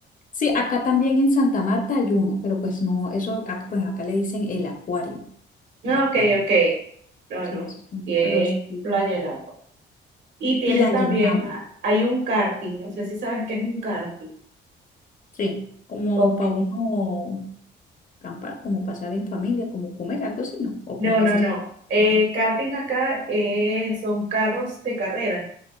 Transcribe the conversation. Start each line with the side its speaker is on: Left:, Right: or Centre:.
Left: Sí, acá también en Santa Marta hay una, pero pues no, eso, acá- pues acá le dicen el acuario.
Right: No,
Left: el acuario.
Right: ok, ok. No,
Left: Sí,
Right: no,
Left: eso es como-
Right: y es
Left: pero es
Right: playa helado. Y tienes
Left: playa
Right: también,
Left: en agua.
Right: ah, hay un karting, no sé si sabes qué es un karting.
Left: Sí, como
Right: Ok,
Left: para uno acampar, como pasar en familia, como comer algo así, ¿no? O
Right: No,
Left: como
Right: no,
Left: ese
Right: no.
Left: estilo.
Right: Eh, karting acá eh, son carros de carrera,